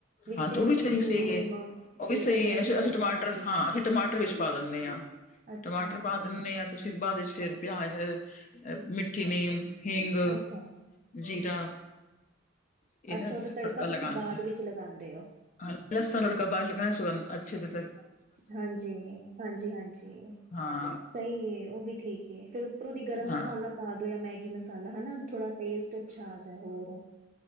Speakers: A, on the right (about 35°); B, on the left (about 40°).
A: ਵਿੱਚ
B: ਹਾਂ ਤੇ ਉਹ
A: ਮਿੱਠੀ
B: ਵੀ ਸਹੀ
A: ਨੀਮ
B: ਸੀਗੇ ਉਹ
A: ਤੇ
B: ਵੀ ਸਹੀ
A: ਅਦਰਕ
B: ਹੈ ਅਂ
A: ਉਦਰਕ
B: ਅਸੀਂ ਟਮਾਟਰ
A: ਪਾ ਕੇ
B: ਹਾਂ ਅਸੀਂ ਟਮਾਟਰ ਵਿੱਚ ਪਾ ਦਿੰਦੇ ਹਾਂ
A: ਅੱਛਾ
B: ਟਮਾਟਰ ਪਾ ਦਿੰਦੇ ਹਾਂ ਤੁਸੀਂ ਬਾਅਦ ਵਿੱਚ ਫਿਰ ਪਿਆਜ ਮਿੱਠੀ ਨੀਮ ਹਿੰਗ
A: ਅੱਛਾ
B: ਜੀਰਾ ਇਹਦਾ
A: ਅੱਛਾ ਉਹਦਾ
B: ਤੜਕਾ
A: ਤੁਸੀਂ
B: ਲਗਾਂਦੇ
A: ਬਾਅਦ ਵਿੱਚ ਲਗਾਉਂਦੇ ਹੋ
B: ਹਾਂ ਲਸਣ ਤੜਕਾ ਬਾਹਰ ਅੱਛੀ ਤ
A: ਹਾਂਜੀ ਹਾਂਜੀ ਹਾਂਜੀ
B: ਹਾਂ
A: ਸਹੀ ਏ ਉਹ ਵੀ ਠੀਕ ਏ ਫੇਰ ਉੱਪਰੋਂ ਦੀ ਗਰਮ
B: ਹਾਂ
A: ਮਸਾਲਾ ਪਾ ਦੋ ਜਾਂ ਮੈਗੀ ਮਸਾਲਾ ਹਨਾ ਥੋੜਾ ਟੇਸਟ ਅੱਛਾ ਆ ਜਾਏ ਹੋਰ